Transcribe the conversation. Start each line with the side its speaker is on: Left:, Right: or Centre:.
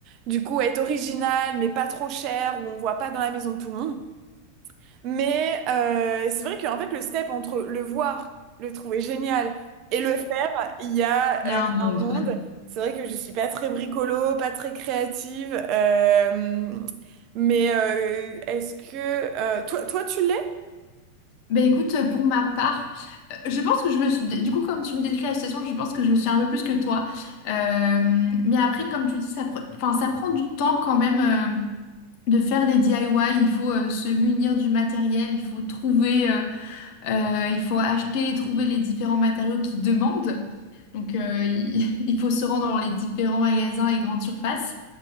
Right: du coup être originales mais pas trop chères, où on voit pas dans la maison de tout le monde. Mais euh, c'est vrai qu'en fait le step entre le voir, le trouver génial et le faire, il y a
Left: il
Right: euh,
Left: y a un monde.
Right: un monde. C'est vrai que je suis pas très bricolo, pas très créative, euh, mais euh, est-ce que euh, toi toi tu l'es
Left: Ben écoute, euh, pour ma part, euh, je pense que je le suis. Du coup, comme tu me décris la situation, je pense que je le suis un peu plus que toi. Euh, mais après, comme tu dis, ça, pre- enfin, ça prend du temps quand même. euh, De faire des DIY, il faut euh, se munir du matériel, il faut trouver, euh, euh, il faut acheter et trouver les différents matériaux qu'ils demandent. Donc, euh, il, <laughs> il faut se rendre dans les différents magasins et grandes surfaces.